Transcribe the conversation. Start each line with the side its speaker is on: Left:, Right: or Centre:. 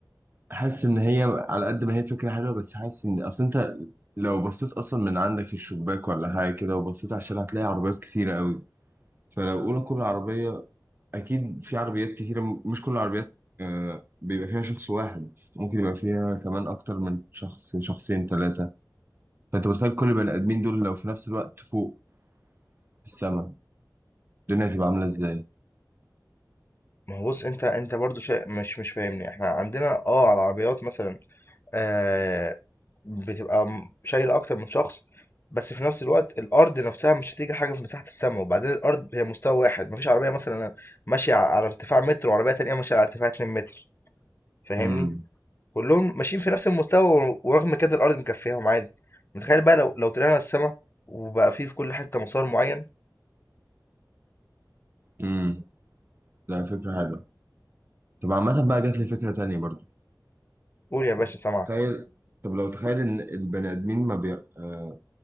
Right: حاسس ان هي على قد ما هي فكره حلوه بس حاسس ان اصل انت لو بصيت اصلا من عندك الشباك ولا حاجه كده وبصيت على الشارع هتلاقي عربيات كتيره قوي فلو اقول كل عربيه اكيد في عربيات كتيره م- مش كل العربيات آه، بيبقى فيها شخص واحد ممكن يبقى فيها كمان اكتر من شخص شخصين ثلاثه فانت متخيل كل البني ادمين دول لو في نفس الوقت فوق في السماء الدنيا هتبقى عامله ازاي
Left: ما هو بص انت انت برضو شيء مش مش فاهمني احنا عندنا اه على العربيات مثلا آه بتبقى م- شايلة اكتر من شخص بس في نفس الوقت الارض نفسها مش هتيجي حاجة في مساحة السماء وبعدين الارض هي مستوى واحد مفيش عربية مثلا ماشية على ارتفاع متر وعربية تانية ماشية على ارتفاع 2 متر فاهمني
Right: امم
Left: كلهم ماشيين في نفس المستوى ورغم كده الارض مكفياهم عادي متخيل بقى لو لو طلعنا السما وبقى فيه في كل حته مسار معين
Right: امم لا فكره حلوه طب عامه بقى جات لي فكره تانية برضو
Left: قول يا باشا سامعك
Right: تخيل طب لو تخيل ان البني ادمين ما بي... آه...